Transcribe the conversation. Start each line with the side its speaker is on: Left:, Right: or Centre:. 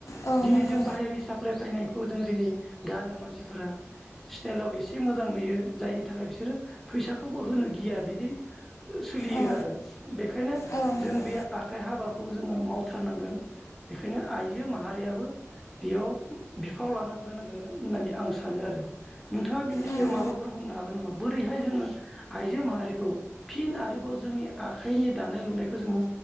Left: औ
Centre: दिनै
Left: नंगौ
Centre: जों बाहेरनि साप्लाय फायनायखौ जोङो दिनै गानो मानसिफोरा स्टाइलाव एसे मोजां नुयो जायनि थाखाय बिसोरो फैसाखौबो होनो गिया बिदि सोलियो
Left: औ
Centre: आरो बेखायनो
Left: औ नंगौ
Centre: जों बे आखाइ हाबाखौ जोङो मावथारनांगोन बेखायनो आइजो माहारि रियाबो बेयाव बिफाव लानांगोनांगो होननानै आं सानो आरो नोंथाङा बिनि
Left: उम
Centre: सायाव माबाफोर बुंनो हागोन नामा बोरैहाय जोङो आइजो माहारिखौ फिन आरोबाव जोंनि आखाइनि दानाय लुनायखौ जोङो